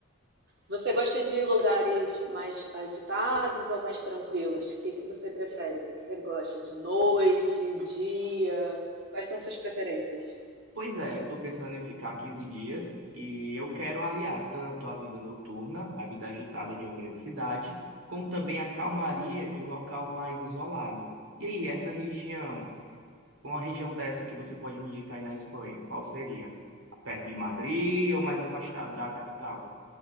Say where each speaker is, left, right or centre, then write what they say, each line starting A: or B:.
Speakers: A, on the right (about 60°); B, on the right (about 80°).
A: Você gosta de lugares mais agitados ou mais tranquilos? O que que você prefere? O que que você gosta? De noite, dia? Quais são suas preferências?
B: Pois é, eu estou pensando em ficar 15 dias e eu quero aliar tanto a vida noturna, a vida agitada de uma grande cidade, como também a calmaria de um local mais isolado. E aí, essa região, uma região dessa que você pode me indicar aí na Espanha, qual seria? Perto de Madrid ou mais afastado da capital?